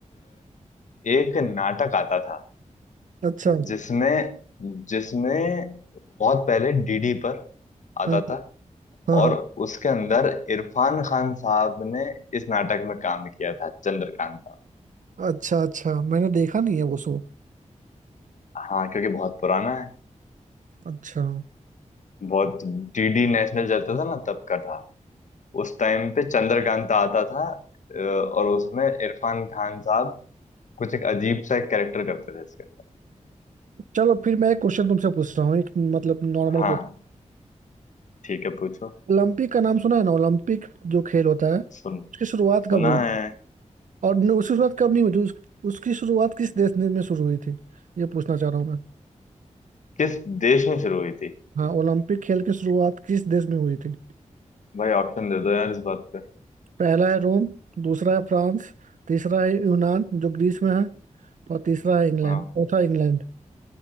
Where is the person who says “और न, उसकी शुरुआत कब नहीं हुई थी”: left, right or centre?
Right